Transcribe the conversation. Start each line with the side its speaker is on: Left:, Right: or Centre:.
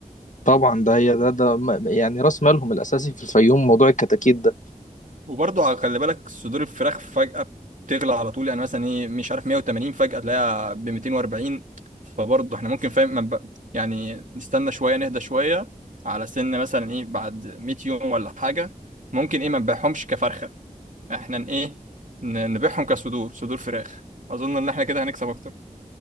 Left: طبعا ده هي ده ده م- يعني راس مالهم الأساسي في الفيوم موضوع الكتاكيت ده
Right: وبرضه خلي بالك صدور الفراخ فجأة بتغلى على طول يعني مثلا ايه مش عارف 180 فجأة تلاقيها ب 240 فبرضه احنا ممكن فاهم ما نب- يعني نستنى شوية نهدى شوية على سن مثلا ايه بعد 100 يوم ولا حاجة ممكن ايه ما نبيعهمش كفرخة احنا ن- ايه ن- نبيعهم كصدور صدور فراخ اظن ان احنا كده هنكسب اكتر